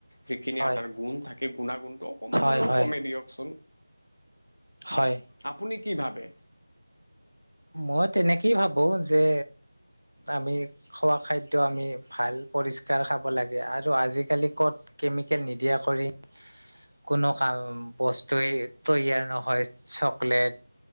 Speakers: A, on the left; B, on the right.
A: যিখিনি
B: হয়
A: আটাৰ গুণ থাকে। গুণা গুণটো অকমান
B: হয়
A: হলেও
B: হয়
A: কমে দিয়কচোন।
B: হয়
A: আপুনি কি ভাবে?
B: মই তেনেকেই ভাবো যে আমি খোৱা খাদ্য আমি ভাল পৰিস্কাৰ খাব লাগে। আৰু আজিকালি ক'ত কেমিকেল নিদিয়া কৰি কোনো কাম বস্তুৱেই তৈয়াৰ নহয়। চকলেট